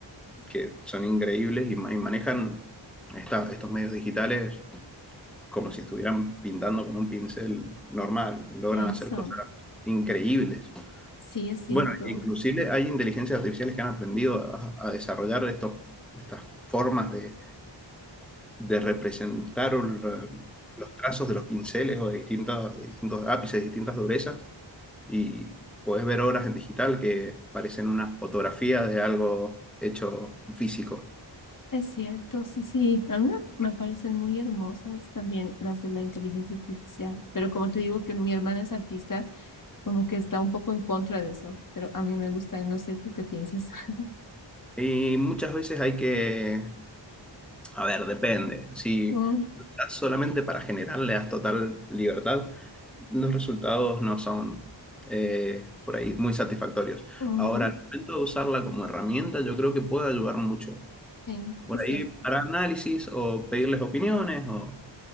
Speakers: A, in the centre; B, on the left.
A: que son increíbles y, ma- y manejan esta- estos medios digitales como si estuvieran pintando con un pincel normal, logran
B: Eso,
A: hacer cosas increíbles.
B: sí es cierto.
A: Bueno, inclusive hay inteligencias artificiales que han aprendido a, a desarrollar estos, estas formas de, de representar lo- los trazos de los pinceles o de distintas de distintos ápices, distintas durezas, y podés ver obras en digital que parecen una fotografía de algo hecho físico.
B: Es cierto, sí, sí. A mí me me parecen muy hermosas también las de la inteligencia artificial, pero como te digo que mi hermana es artista, como que está un poco en contra de eso, pero a mí me gustan, no sé, ¿tú qué piensas? <laughs>
A: Y muchas veces hay que, a ver, depende. Si
B: Mm,
A: luchas solamente para generar, le das total libertad, los resultados no son eh, por ahí muy satisfactorios.
B: ujú,
A: Ahora, al momento de usarla como herramienta, yo creo que puede ayudar mucho.
B: Sí,
A: Por
B: es
A: ahí
B: cierto.
A: para análisis o pedirles opiniones o